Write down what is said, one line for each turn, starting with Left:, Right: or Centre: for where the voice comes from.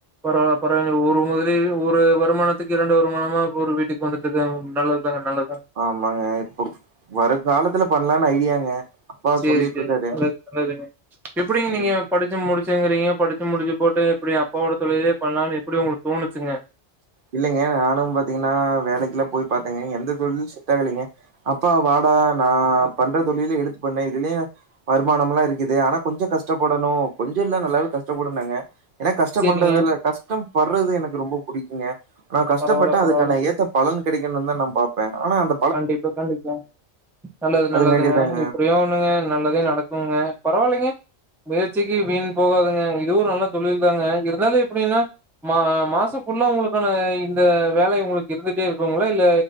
Centre: பரவாய் பரவாய் ஒரு முதலி ஒரு வருமானத்துக்கு இரண்டு வருமானமா ஒரு வீட்டுக்கு வந்து இதான் நல்லதுதா நல்லதான்
Right: ஆமாங்க இப்ப வர காலத்துல பண்ணலான்னு ஐடியாங்க அப்பா
Centre: சேரி
Right: சொல்லிட்ருக்காரு
Centre: சேரி நல்லது நல்லதுங்க எப்டிங்க நீங்க
Right: ம்
Centre: படிச்சு முடிச்சுங்கிறீங்க படிச்சு முடிச்சு போட்டு எப்டி அப்பாவோட தொழிலே பண்ணலாம்னு எப்டி உங்களுக்கு தோணுச்சுங்க
Right: இல்லைங்க நானும் பாத்தீங்கன்னா வேலைக்குல்லாம் போய் பாத்தேங்க எந்த தொழிலு செட் ஆகலைங்க அப்பா வாடா நான் பண்ற தொழில எடுத்து பண்ணு இதுலயும் வருமானம்லாம் இருக்குது ஆனா கொஞ்சோ கஷ்டப்படணும் கொஞ்சோ இல்ல நல்லாவே கஷ்டப்படுனாங்க ஏன்னா கஷ்ட
Centre: சரிங்க.
Right: பண்றது இல் கஷ்டம் படுறது எனக்கு ரொம்ப புடிக்குங்க ஆனா கஷ்டப்பட்டா
Centre: பரவால்ல
Right: அதுக்கான
Centre: பரவால்ல.
Right: ஏத்த பலன் கிடைக்கணுந்தா நான் பாப்பேன் ஆனா அந்
Centre: கண்டிப்பா கண்டிப்பா நல்லது
Right: அதுங்காட்டிதாங்க
Centre: நல்லதுங்க இப்டியும் பங்க நல்லதே நடக்குங்க பரவாயில்லைங்க முயற்சிக்கு வீண் போகாதுங்க இதுவும் நல்ல தொழில் தாங்க இருந்தாலும் எப்டின்னா மா மாசம் புல்ல உங்களுக்கான இந்த வேலை உங்களுக்கு இருந்துட்டே இருக்குங்களா இல்ல